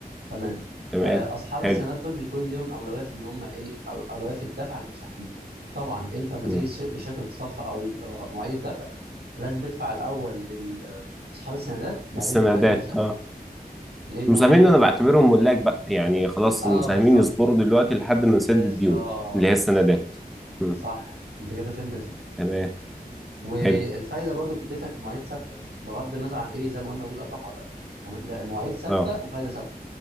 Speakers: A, on the right (about 85°); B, in the centre.
A: تمام
B: تمام
A: آه اصحاب
B: حلو
A: السندات دول بيكون ليهم اولويه في ان هم ايه أو- اولويه في الدفع عن المساهمين طبعا انت لما
B: مم.
A: تيجي الش- الشركه تتصفى او يجي أو مواعيد الدفع لازم تدفع الاول لاصحاب السندات وبعدين
B: السندات
A: تدفع ايه للمساهمين
B: اه
A: ليه ان
B: المساهمين
A: هم ليهم
B: انا بعتبرهم ملاك بقى يعني خلاص
A: اه
B: المساهمين
A: بالظبط
B: يصبروا دلوقتي لحد ما نسدد
A: بالظبط
B: الديون اللي هي السندات
A: بالظبط
B: مم.
A: صح انت كده فهمت الفكره
B: تمام
A: والفايده
B: حلو
A: برضو بتدفع في مواعيد ثابته بغض النظر عن ايه زي ما قلنا وجود ارباح ولا لا تمام؟ لا مواعيد ثابته
B: اه
A: وفايده ثابته